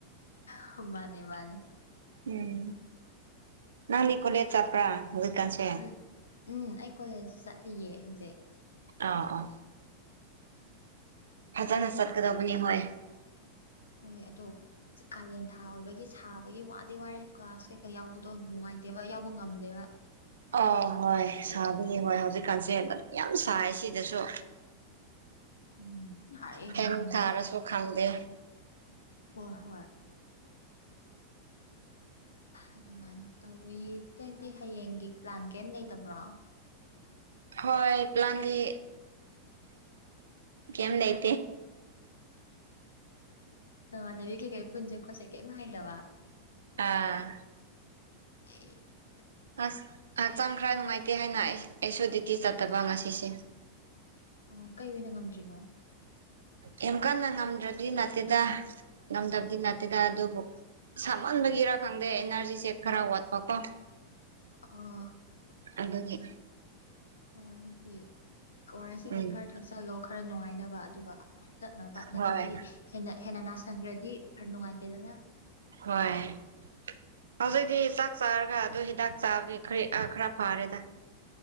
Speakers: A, on the left; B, on the right.
A: <unintelligible> ꯃꯥꯅꯦ ꯃꯥꯅ‌ꯦ
B: ꯎꯝ ꯅꯪꯗꯤ ꯀꯣꯂꯦꯖ ꯆꯄ꯭ꯔꯥ ꯍꯧꯖꯤꯛ ꯀꯥꯟꯁ‌ꯦ
A: ꯎꯝ ꯎꯝ ꯑꯩ ꯀꯣꯂꯦꯖ ꯆꯠꯂꯤꯌꯦ ꯍꯧꯖꯤꯛ
B: ꯑꯥ ꯑꯥ ꯐꯖꯥꯅ ꯆꯠꯀꯗꯕꯅꯤ
A: ꯑꯗꯨ
B: ꯍꫭꯏ
A: ꯍꯣꯏ ꯑꯗꯣ ꯀꯥꯂꯦꯟ ꯊꯥ ꯑꯣꯏꯕꯒꯤ ꯁꯥꯕꯒꯤ ꯋꯥꯗꯤ ꯋꯥꯔꯦ ꯀ꯭ꯂꯒꯥꯁ ꯀꯩꯀꯥ ꯌꯥꯎꯕꯗꯣ ꯅꯨꯡꯉꯥꯏꯇꯦꯕ ꯌꯥꯎꯕ ꯉꯝꯗꯦꯕ
B: ꯑꯥ ꯍꯣꯏ ꯁꯥꯕꯒꯤ ꯍꯣꯏ ꯍꯧꯖꯤꯛꯀꯥꯟꯁꯦ ꯑꯗꯨꯝ ꯌꯥꯝ ꯁꯥꯏ ꯁꯤꯗꯁꯨ
A: ꯎꯝ ꯁꯥꯔꯦ
B: ꯐ‌ꯦꯟ
A: ꯉꯝꯗ꯭ꯔꯦ
B: ꯊꯥꯔꯁꯨ ꯈꯪꯗꯦ
A: ꯑꫭ ꯍꯣꯏ ꯑꯗꯨꯃꯥꯏꯅ ꯇꯧꯋꯤ ꯅꯪꯗꯤ ꯍꯌꯦꯡꯒꯤ ꯄ꯭ꯂꯥꯟ ꯀꯔꯤꯝ ꯂꯩꯇꯕ꯭ꯔꯣ
B: ꯍꯣꯏ ꯄ꯭ꯂꯥꯟꯗꯤ ꯀꯦꯝ ꯂꯩ
A: ꯅꯃꯥꯟꯅꯕꯤ ꯀꯩꯀꯩ ꯄꯨꯟꯁꯦ ꯈꯣꯠꯁ‌ꯦ ꯀꯩꯝ ꯍꯥꯏꯗꯕꯥ
B: ꯑꯥ
A: ꯎ <unintelligible>
B: ꯑꯁ ꯍꯛꯆꯥꯡ ꯈꯔ ꯅꯨꯡꯉꯥꯏꯇꯦ ꯍꯥꯏꯅ ꯑꯩ ꯑꯩꯁꯨ ꯗ꯭ꯨꯌꯇꯤ ꯆꯠꯇꯕ ꯉꯁꯤꯁꯦ
A: ꯑꯣ ꯀꯩ ꯑꯣꯏꯅꯥ ꯉꯝꯗ꯭ꯔꯤꯅꯣ
B: ꯌꯥꯝ ꯀꯟꯅꯥ ꯉꯝꯗ꯭ꯔꯗꯤ ꯅꯠꯇꯦꯗ ꯉꯝꯗ꯭ꯕꯗꯤ ꯅꯠꯇꯦꯗ ꯑꯗꯨꯕꯨ ꯁꯥꯃꯟꯕꯒꯤꯔꯥ ꯈꯪꯗꯦ ꯏꯅ꯭ꯔꯖꯤꯁꯦ ꯈꯔ ꯋꯥꯠꯄꯀꯣ
A: ꯑꯣ
B: ꯑꯗꯨꯒꯤ
A: ꯑꯣ ꯑꯗꯨꯗꯤ ꯑꯋꯥꯔꯦꯁ ꯀꯩ
B: ꯎꯝ
A: ꯀꯩ ꯈꯔ ꯊꯛꯆꯜꯂꯣ ꯈꯔ ꯅꯨꯡꯉꯥꯏꯅꯕ ꯑꯗꯨꯒ ꯇꯠꯅꯕ
B: ꯍꯣꯏ
A: ꯅꯠꯇ꯭ꯔꯗꯤ ꯍꯦꯟꯅ ꯍꯦꯟꯅ ꯅꯥꯁꯟꯒ꯭ꯔꯗꯤ ꯐ꯭ꯔ ꯅꯨꯡꯉꯥꯏꯇꯦꯗꯅ
B: ꯍꯣꯏ ꯍꯧꯖꯤꯛꯖꯤ ꯆꯥꯛ ꯆꯥꯔꯒ ꯑꯗꯨ ꯍꯤꯗꯥꯛ ꯆꯥꯕꯗꯨꯏ ꯈꯔꯤ ꯑꯥ ꯈꯔ ꯐꯔꯦꯗ